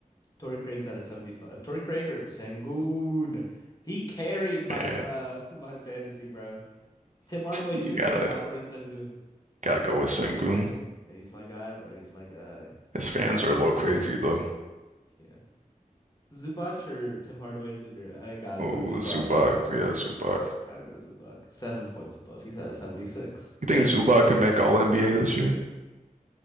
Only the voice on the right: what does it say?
and
you
gotta
gotta go with Sengun.
His fans are a little crazy though.
Oh,
Zubac, yeah, Zubac.
You think
Zubac could make All NBA this year?